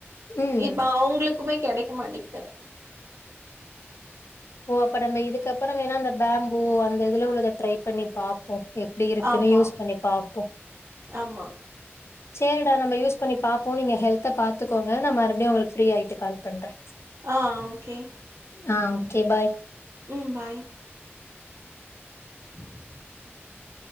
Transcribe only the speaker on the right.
இப்ப அவங்களுக்குமே கெடைக்க மாட்டெக்குது
ஆமா
ஆமா
ஆ ஓகே
உ பாய் <unintelligible>